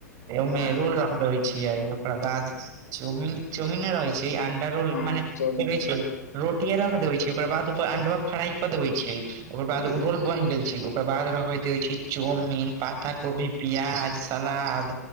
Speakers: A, on the right (about 35°); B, on the left (about 70°).
A: ओ मे
B: हँ
A: रोल रख देबैय छी ओकरा बाद चौमिन चौमिन रहै छै अंडा रौल
B: हँ
A: मनेै
B: चलू
A: छै रोटीे रख देबे छी ओकर बाद ओपर अंडा फ्राई क देबे छियै ओकर
B: हुं
A: बाद ओ रोल बन गेल छै ओ ओकर बाद रहै द छै चाउमीन पत्ता कोबी प्याज सलाद